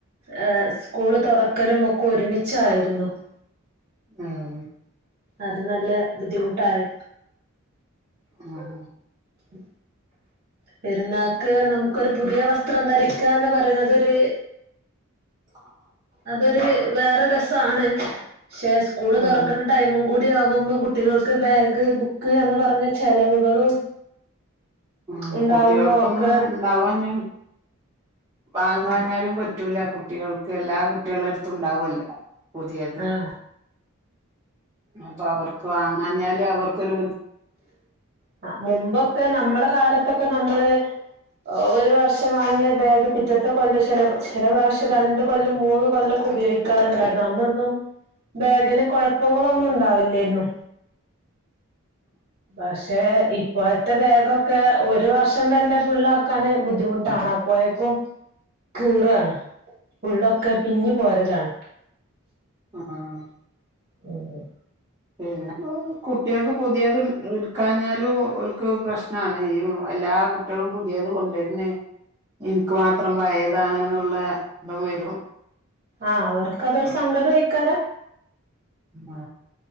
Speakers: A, on the right; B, on the right.
A: ഹ് സ്കൂള് തുറക്കലും ഒക്കെ ഒരുമിച്ചായിരുന്നു. <inaudible>
B: ആഹ.
A: അത് നല്ല ബുദ്ധിമുട്ടായി.
B: ഉം.
A: ഉ. പെരുന്നാക്ക് നമുക്കൊരു പുതിയ വസ്ത്രം ധരിക്കാന്ന് പറയുന്നത് ഒരു ഇത്.
B: <inaudible>
A: അതൊരു വേറെ രസാണ് ക്ഷ സ്കൂൾ
B: ഉം
A: തുറക്കുന്ന ടൈമും കൂടി. <unintelligible> ആവുംബോൾ കുട്ടികൾക്ക് ബാഗ് ബുക്ക് എന്ന് പറഞ്ഞ ചെലവുകളും.
B: ഉ.
A: ഉണ്ടാവുമ്പോ
B: കുട്ടികൾക്കൊന്നും
A: ഒക്കെ
B: ഇണ്ടാവാഞ്ഞല്. വാങ്ങാഞ്ഞാലും
A: ഉം
B: പറ്റൂല? കുട്ടികൾക്ക് എല്ലാ കുട്ടികളരുത്തും ഉണ്ടാവല്ലോ. പുതിയത്.
A: ആഹ്
B: അപ്പൊ അവർക്ക് വാങ്ങാഞ്ഞാല് അവർക്കരു
A: ആ. മുമ്പൊക്കെ നമ്മള കാലത്തൊക്കെ നമ്മള്. ഒരു വർഷം വാങ്ങിയ ബാഗ്പിറ്റത്തെ കൊല്ല <unintelligible> ചെല പ്രാവിശ്യംരണ്ട് കൊല്ല മൂന്ന് കൊല്ല ഉപയോഗിക്കാറുണ്ടായിരുന്നു. അന്നൊന്നും ബോഗിന് കുഴപ്പങ്ങളൊന്നും ഉണ്ടാവില്ലന്നു.
B: <inaudible>
A: പക്ഷെ ഇപ് പ്പോഴത്തെ ബേഗൊക്കെ ഒരു വർഷം തന്നെ ഫുള്ള ആക്കാന് ബുദ്ധിമുട്ടാണ്. അപ്പോഴേക്കും. കീറാണ്, ഉള്ള് ഒക്കെപിഞ്ഞ്പോരലാണ്.
B: ആഹ.
A: ഹ്.
B: പിന്നെ? കുട്ടികൾക്ക് പുതിയത് എടുക്കാഞ്ഞാലും ഒൽക്ക് പ്രശ്നാണ്. എല്ലാ കുട്ടികളും പുതിയത് കൊണ്ടിരന്ന് എനിക്ക് മാത്രം ഭയതാണ് എന്നുള്ള അഹ് വരും.
A: ആഹ. അവർക്ക്അതൊരു സങ്കടം ഐയ്ക്കാരം.
B: ആ.